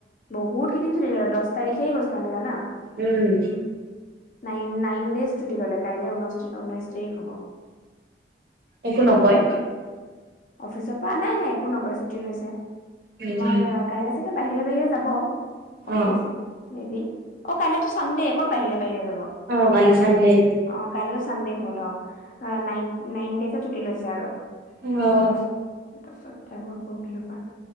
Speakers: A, on the left (about 45°); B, on the right (about 55°).
A: বহত কেইদিন চুটি ললে, দছ তাৰিখে গৈছিলো আমি জানা?
B: উম।
A: নাইন নাইন দেইজ ছুটি ল'লে, কাইলে ঊন ঊনৈশ তাৰিখ হ'ব।
B: একো নকয়।
A: অফিচৰ পৰা নাই নাই একো নকয়, ছুটি লৈছে
B: উম
A: তোমাৰ কাইলে চাগে বাহিৰে বাহিৰে যাব অফিচ।
B: অ
A: মেবি অ কাইলেতো চানডে কৰ বাহিৰে বাহিৰে যাব।
B: অ কালি ছানডে
A: অ কাইলেতো চানডে হ'ল অ, নাইন নাইন দেইজৰ ছুটী লৈছে আৰু।
B: অ
A: দছ তাৰপিছত যাব পৰখিলৰ পৰা।